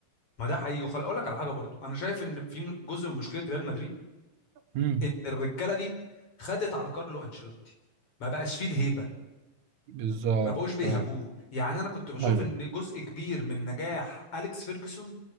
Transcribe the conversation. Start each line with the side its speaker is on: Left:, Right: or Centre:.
Left: ما ده حقيقي وخلي اقول لك على حاجه برضو انا شايف ان في جزء من مشكله ريال مدريد
Right: امم
Left: ان الرجاله دي خدت على كارلو انشيلوتي ما بقاش فيه الهيبه
Right: بالظبط
Left: ما بقوش بيهابوه
Right: ايوه
Left: يعني انا كنت بشوف
Right: ايوه
Left: ان جزء كبير من نجاح اليكس فيرجسون